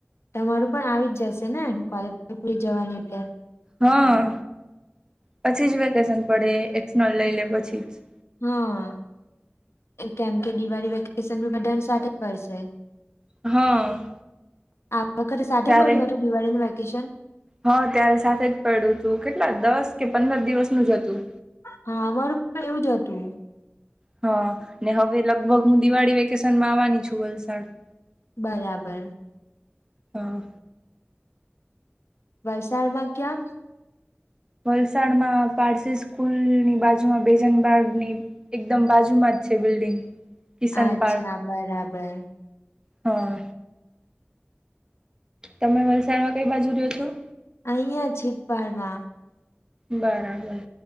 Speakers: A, on the left; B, on the right.
A: તમારું પણ આવી જ જશે ને? કોલેજ <inaudible> જવાની એટલે.
B: હા. પછી જ વેકેશન પડે, એક્શનલ લઈ લે પછી જ.
A: હા. કેમ કે દિવાળી વેકેશન બી બધાનું સાથે પડશે.
B: હા.
A: <unintelligible> સાથે
B: ત્યારે
A: પડ્યું હતું દિવાળીનું વેકેશન?
B: હા ત્યારે સાથે જ પયડું તું. કેટલા દસ કે પંદર દિવસનું જ હતું.
A: હા, અમારું પણ એવું જ હતું.
B: હા. ને હવે લગભગ હું દિવાળી વેકેશન માં આવવાની છું વલસાડ.
A: બરાબર.
B: હા.
A: વલસાડમાં કેમ?
B: વલસાડમાં પારસી સ્કૂલની બાજુમાં બેજનબાગની એકદમ બાજુમાં જ છે બિલ્ડિંગ. કિશન
A: અચ્છા
B: પાર્ક,
A: બરાબર
B: હા. તમે વલસાડમાં કઈ બાજુ રહ્યો છો?
A: અહીયાં છિપાડ માં.
B: બરાબર.